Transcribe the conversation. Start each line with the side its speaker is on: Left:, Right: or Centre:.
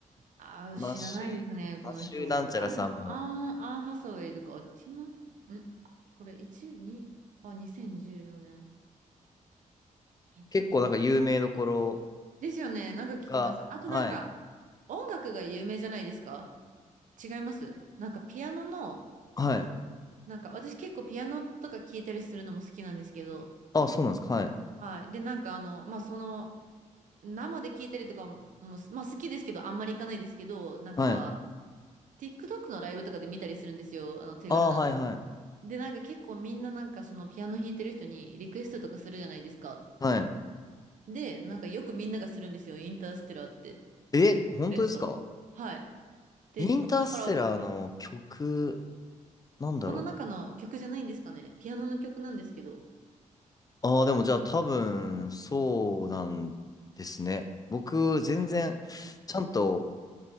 Right: あ、
Left: マッシュ、
Right: 知らないですね、
Left: マッシュなんちゃらさんも、
Right: この人。あ、でも、アン、アンハサウェイとか、あティモス、んこれ、1、2、あ、2014年。見たことある。
Left: 結構なんか有名どころ、
Right: ですよね、なんか聞きます。
Left: が、
Right: あとなんか、
Left: はい。
Right: 音楽が有名じゃないですか違いますなんかピアノの、
Left: はい。
Right: なんか私結構ピアノとか聴いたりするのも好きなんですけど、
Left: あ、そうなんですか。はい。
Right: はい。で、なんかあの、まあ、その生で聞いたりとかも、まあ好きですけど、あんまり行かないですけど、なんか、
Left: はい。
Right: TikTok のライブとかで見たりするんですよ。あの、手軽なんで。
Left: ああ、はい、はい。
Right: で、なんか結構みんななんかそのピアノ弾いてる人にリクエストとかするじゃないですか。
Left: はい。
Right: で、なんかよくみんながするんですよ。インターステラーって。
Left: え、
Right: リクエスト。
Left: 本当ですか
Right: はい。で、
Left: インターステラーの曲、
Right: だから、
Left: なんだろ
Right: この中の曲じゃないんですかね。ピアノの曲なんですけど。
Left: う。ああ、でもじゃあ多分、そうなんですね。僕、全然、ちゃんと、